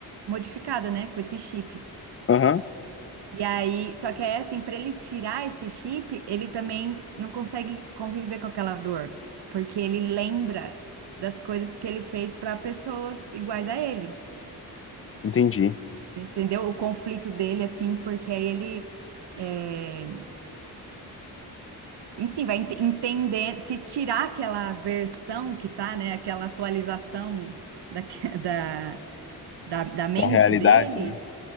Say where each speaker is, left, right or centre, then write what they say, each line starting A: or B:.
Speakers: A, on the right; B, on the left.
A: modificada, né, com esse chip.
B: Aham,
A: E aí, só que aí, assim, pra ele tirar esse chip, ele também não consegue conviver com aquela dor, porque ele lembra das coisas que ele fez pra pessoas iguais a ele.
B: entendi.
A: Você entendeu? O conflito dele, assim, porque aí ele, é, enfim, vai ent- entender, se tirar aquela versão que tá, né, aquela atualização da, <laughs> da, da, da mente
B: Da realidade,
A: dele.
B: né?